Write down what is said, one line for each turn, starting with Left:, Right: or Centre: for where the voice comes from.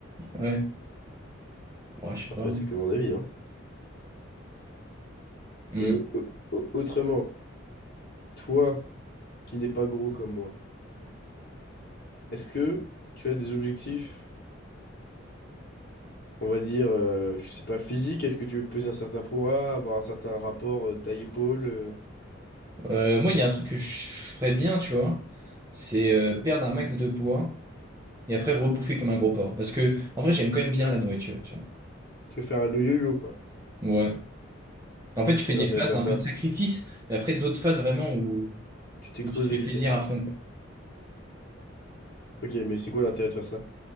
Right: Ouais, ouais, je sais
Left: Après,
Right: pas.
Left: c'est que mon avis, hein.
Right: Hmm.
Left: Et au- au- au- autrement, toi, qui n'es pas gros comme moi, est-ce que tu as des objectifs, on va dire, euh, je sais pas, physiques? Est-ce que tu veux peser un certain poids, avoir un certain rapport euh, taille-épaule? euh?
Right: Euh, moi, il y a un truc que je ferais bien, tu vois, c'est euh, perdre un max de poids et après rebouffer comme un gros porc. Parce que, en vrai, j'aime quand même bien la nourriture, tu vois.
Left: Que faire le yo-yo, quoi.
Right: Ouais. En fait,
Left: Et c'est
Right: tu fais
Left: quoi
Right: des
Left: l'intérêt
Right: phases
Left: de faire
Right: un
Left: ça?
Right: peu de sacrifice, mais après d'autres phases vraiment où,
Left: Tu t'exploses
Right: où tu te fais
Left: le
Right: plaisir
Left: bide.
Right: à fond, quoi.
Left: Ok, mais c'est quoi l'intérêt de faire ça?